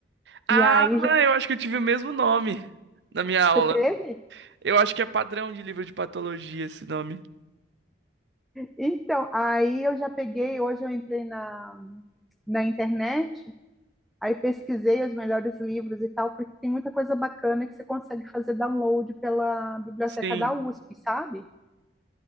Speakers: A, on the right (about 70°); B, in the centre.
A: Ah,
B: E aí já
A: eu acho que eu tive o mesmo nome na minha aula.
B: você teve?
A: Eu acho que é padrão de livro de patologia esse nome.
B: Então, aí eu já peguei, hoje eu entrei na, na internet, aí pesquisei os melhores livros e tal, porque tem muita coisa bacana que você consegue fazer download pela biblioteca
A: Sim.
B: da USP, sabe?